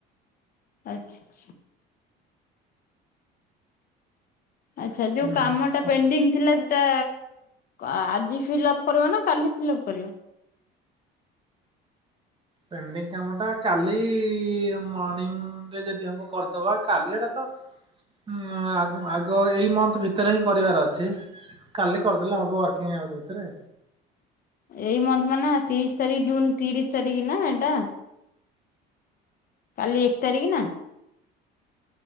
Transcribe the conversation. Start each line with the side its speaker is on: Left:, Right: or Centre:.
Left: ଆଚ୍ଛା ଆଚ୍ଛା। ଆଚ୍ଛା ଯୋଉ
Right: ହୁଁ
Left: କାମ
Right: ହୁଁ।
Left: ଟା
Right: ହ
Left: ପେଣ୍ଡିଂ ଥିଲା? ତା ଆଜି ଫିଲ୍ଅପ କର ନା କାଲି ଫିଲଅପ କରିବ?
Right: ପେଣ୍ଡିଙ୍ଗ କାମ ଟା କାଲି ମର୍ଣିିଂରେ ଯଦି ହବ କରିଦବା କାଲି ଏଟା ତ ହଁ ଆଗ ଏଇ ମନ୍ଥ ଭିତରେ ହିଁ କରିବାର ଅଛି। କାଲି କରିଦେଲେ ହବ ୱାର୍କିଂ ଆୱାର ଭିତରେ।
Left: ଏଇ ମନ୍ଥ ମାନେ ତିରିଶ ତାରିଖ ଜୁନ ତିରିଶ ତାରିଖ ନା ଏଇଟା। କାଲି ଏକ ତାରିଖ ନା?